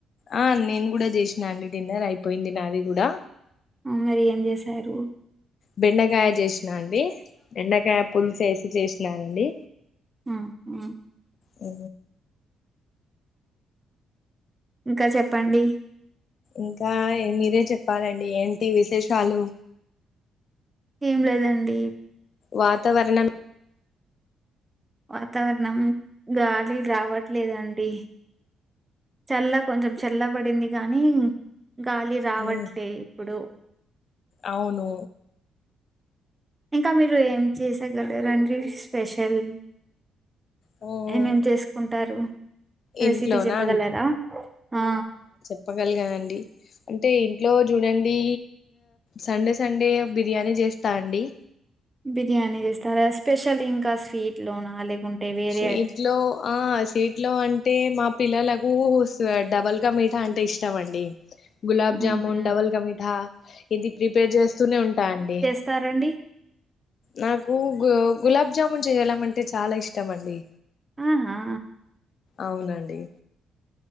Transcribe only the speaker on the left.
ఆ నేను కూడ చేసినా అండి డిన్నర్ అయిపోయింది నాది కూడా
బెండకాయ చేసినా అండి బెండకాయ పులుస వేసి చేసినానుండి
ఊ
ఇంకా మీరే చెప్పాలండి ఏంటి విశేషాలు
వాతావరణం
హ్మ్
అవును
హ్మ్.
ఇంట్లోనా
<unintelligible> అండి అంటే ఇంట్లో చూడండి సండే సండే బిర్యానీ చేస్తా అండి
స్వి సీట్లో ఆ సీట్ లో అంటే మా పిల్లలకు డబల్కా మీఠా అంటే ఇష్టం అండి గులాబ్జామున్
డబల్ క మిఠా ఇది ప్రిపేర్ చేస్తూనే ఉంట అండి
నాకు గు గులాబ్జామున్ చేయడం అంటే చాల ఇష్టం అండి
అవునండి